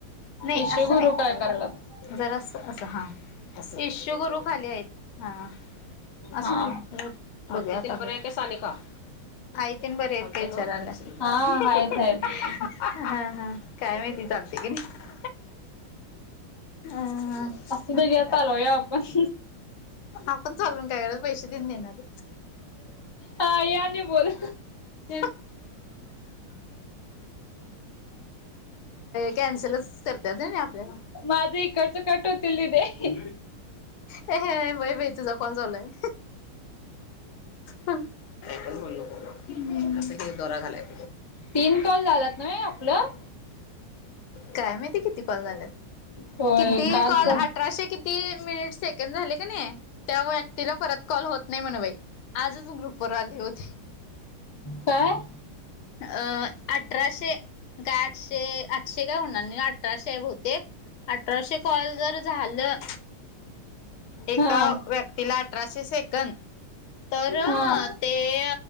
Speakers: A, on the left; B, on the left.
A: नाही
B: इशू
A: असं
B: गुरु
A: नाहीत.
B: काय करायल्यात?
A: जरा अस अस हा इशुगुरु खाली आहेत हा असू
B: हा
A: घ बघूया आता. सानिका. आई तेन बरी आहेत का विचारल्या.
B: हा हा आहेत आहेत.
A: हा काय माहिती चालते की नाही. अ
B: असं दु घ्या चालवूया आपण.
A: आपण चालून काय करायचं पैसे देऊन देणार.
B: हा याने बोल.
A: <unintelligible> कॅन्सलच करतात होय नहि आपल्याला.
B: माझं इकडचं कट होतील दि देे.
A: हे हे होय होय तुझा कॉल चालू आहे. का पण भोललो असं क दरा घालाय.
B: तीन कॉल झालात नंवे आपलं.
A: काय मीती किती कॉल झालेत
B: होय
A: किती
B: कालच
A: कॉल अठराशे किती. किती मिनिट सेकंड झाले का नाही त्या व्यक्तीला परत कॉल होत नाही म्हण बाई. आजच ग्रुपर आले होते.
B: काय?
A: अ अठराशे काय आठशे आठशे काय होणार नाही अठराशे हाय बहुतेक. अठराशे कॉल जर झालं. एका
B: हा.
A: व्यक्तीला अठराशे सेकंद, तर
B: हा.
A: ते